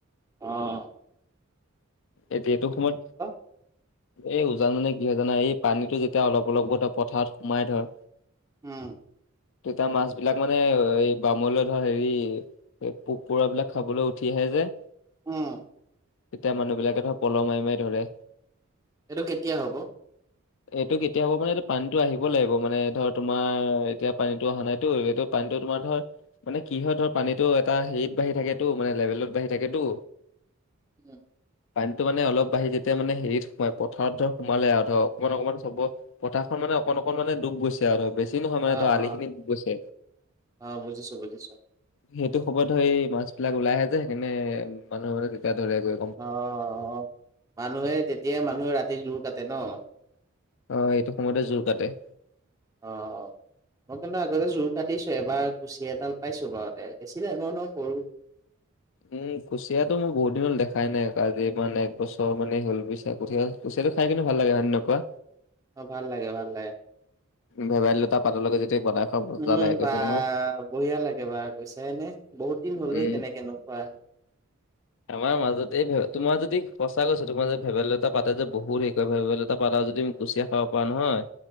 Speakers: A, on the right; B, on the left.
A: অঁ
B: এতিয়া এইটো সমইত
A: <unintelligible>
B: এই উজান মানে কি হয় জানা, এই পানীটো যেতিয়া অলপ অলপকৈ ধ পথাৰত সোমাই ধয়
A: উম
B: তেতিয়া মাছবিলাক মানে এ এই বামলৈ ধৰ হেৰি এই পোক পৰুৱাবিলাক খাবলৈ উঠি আহে যে
A: উম
B: তেতিয়া মানুহবিলাকে ধৰ পল' মাৰি, মাৰি ধৰে!
A: এইটো কেতিয়া হ'ব
B: এইটো কেতিয়া হ'ব মানে এইটো পানীটো আহিব লাগিব! মানে ধৰ, তোমাৰ এতিয়া পানীতো অহা নাইটো এইটো পানীটো তোমাৰ ধৰ মানে কি হয় ধৰ পানীটো এটা হেৰিত বাঢ়ি থাকেটো মানে লেভেলত বাঢ়ি থাকেতো
A: উম
B: পানীটো মানে অলপ বাঢ়ি যেতিয়া মানে হেৰিত সোমাই পথাৰত ধৰ সোমালে আউ ধৰ অকণমান অকণমান চব পথাৰখন মানে অকণ অকণ মানে ডুব গৈছ ছে, আউ বেছি নহয় মানে
A: অ',
B: ধৰ, আলিখিনিত
A: অ',
B: গৈছে!
A: অ', বুজিছোঁ বুজিছোঁ।
B: সেইটো সময়ত ধৰ এই মাছবিলাক ওলাই আহে যে সেইকাৰণে মানুহে মানে তেতিয়া ধৰেগৈ
A: অ', অ', মানুহে তেতিয়াই মানুহে ৰাতি জোৰ কাটে ন
B: অ', এইটো সময়তে জোৰ কাটে!
A: অ', অ' মই কিন্তু আগতে জোৰ কাটিছোঁ! এবাৰ কুচিয়া এডাল পাইছোঁ! <inaudible> সৰু
B: উম, কুচিয়াতো মোৰ বহুত দিন হ'ল দেখাই নাই! আজি মানে একবছৰ মানেই হ'ল বুইছা কুচিয়া কুচিয়াটো খাই কিন্তু ভাল লাগে! হয়নে নহয় কোৱা!
A: অ' ভাল লাগে, ভাল লাগে!
B: ভেদাইলতা পাতৰ লগত যেতিয়া বনাই খোৱা মজা
A: উম
B: লাগে কৈছো
A: বা
B: নহয়
A: বঢ়িয়া লাগে বা কৈছাই নে? বহুত দিন হ'লেই
B: উম।
A: তেনেকে নোখোৱা,
B: আমাৰ মাজতে হে তোমাৰ যদি সঁচা কৈছো তোমাৰ যে ভেভেলতা পাতে যে বহুত হেৰি ভেভেলতা পাত আৰু যদি, কুচিয়া খাব পা নহয়,